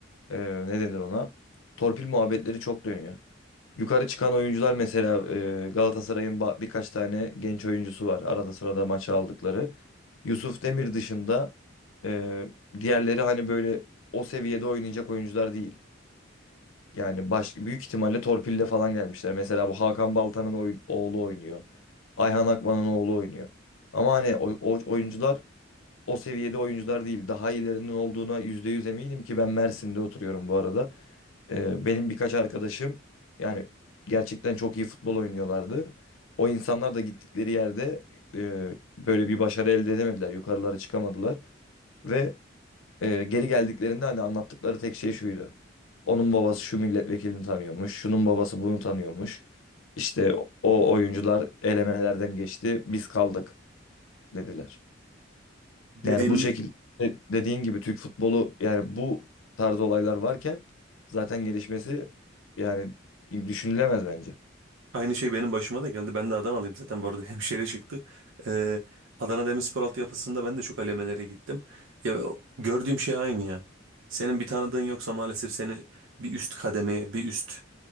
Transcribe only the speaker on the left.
e, ne denir ona? Torpil muhabbetleri çok dönüyor. Yukarı çıkan oyuncular mesela e, Galatasaray'ın ba- birkaç tane genç oyuncusu var. Arada sırada maça aldıkları. Yusuf Demir dışında e, diğerleri hani böyle o seviyede oynayacak oyuncular değil. Yani baş, büyük ihtimalle torpille falan gelmişler. Mesela bu Hakan Baltan'ın oy- oğlu oynuyor. Ayhan Akman'ın oğlu oynuyor. Ama hani o, o oyuncular o seviyede oyuncular değil. Daha iyilerinin olduğuna %100 eminim ki ben Mersin'de oturuyorum bu arada. Ee, benim birkaç arkadaşım yani gerçekten çok iyi futbol oynuyorlardı. O insanlar da gittikleri yerde e, böyle bir başarı elde edemediler. Yukarılara çıkamadılar. Ve e, geri geldiklerinde hani anlattıkları tek şey şuydu. Onun babası şu milletvekilini tanıyormuş. Şunun babası bunu tanıyormuş. İşte o oyuncular elemelerden geçti. Biz kaldık dediler.
Yani bu şekilde dediğin gibi Türk futbolu yani bu tarz olaylar varken zaten gelişmesi yani düşünülemez bence.